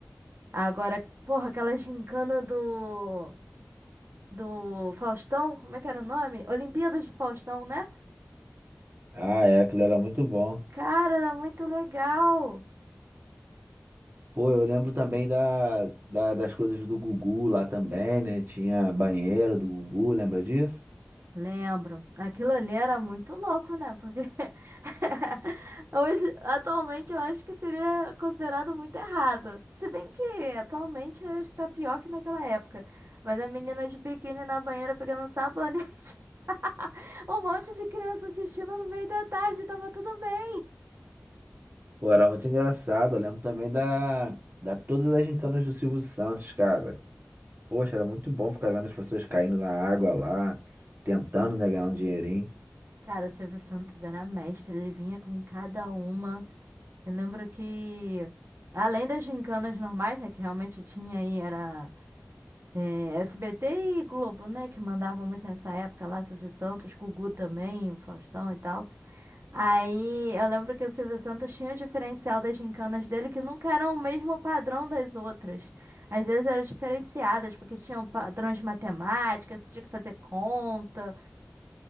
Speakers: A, on the right; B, on the right.
A: Agora, porra, aquela gincana do do Faustão, como é que era o nome? Olimpíadas do Faustão, né?
B: Ah, é, aquilo era muito bom.
A: Cara, era muito legal.
B: Pô, eu lembro também da, da- das coisas do Gugu lá também, né? Tinha banheiro do Gugu, lembra disso?
A: Lembro. Aquilo ali era muito louco, né? Porque <laughs> hoje, atualmente, eu acho que seria considerado muito errado. Se bem que atualmente eu acho que tá pior que naquela época. Mas a menina de biquíni na banheira pegando um sabonete. <laughs> Um monte de criança assistindo no meio da tarde, tava tudo bem.
B: Pô, era muito engraçado. Eu lembro também da, da todas as gincanas do Silvio Santos, cara. Poxa, era muito bom ficar vendo as pessoas caindo na água lá, tentando, né, ganhar um dinheirinho.
A: Cara, o Silvio Santos era mestre, ele vinha com cada uma. Eu lembro que, além das gincanas normais, né, que realmente tinha aí, era é, SBT e Globo, né, que mandavam muito nessa época lá, Silvio Santos, Gugu também, o Faustão e tal. Aí eu lembro que o Silvio Santos tinha o diferencial das gincanas dele, que nunca eram o mesmo padrão das outras. Às vezes eram diferenciadas, porque tinham padrões de matemática, você tinha que fazer conta.